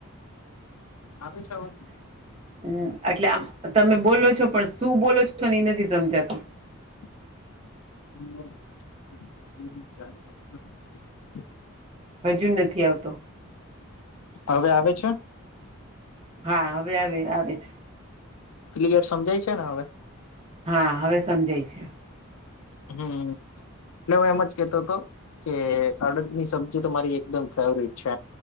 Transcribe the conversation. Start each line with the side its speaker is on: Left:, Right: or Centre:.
Left: આવ્યો છે અવાજ
Right: હમ એટલે આમ તમે બોલો છો પણ શું બોલો છોને એ નથી સમજાતું
Left: <inaudible> <inaudible> હ <unintelligible>
Right: હજુ નથી આવતો
Left: હવે આવે છે
Right: હા હવે આવી આવે છે
Left: ક્લિયર સમજાય છે ને હવે
Right: હા હવે સમજાય છે
Left: હમ એટલે હું એમ જ કેતો હતો કે અડદની સબ્જી તો મારી એકમ ફેવરટ છે